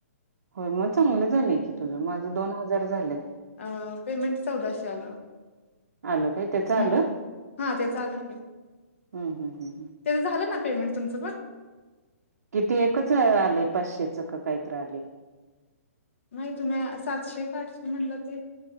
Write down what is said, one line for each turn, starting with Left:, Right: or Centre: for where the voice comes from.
Right: होय मग चांगलं झालेय की तुझं माझं दोन हजार झालंत.
Left: अ पेमेंट चौदाशे आलो.
Right: आलं काय त्याचं आलं?
Left: हम्म हा ते चालू क
Right: हम्म हम्म हम्म हम्म
Left: तें झालं ना पेमेंटुमचं पण
Right: किती एकच आले पाचशे च का काहीत रा आले.
Left: नाही तुम्ही सातशे का आठशे म्हणलं ते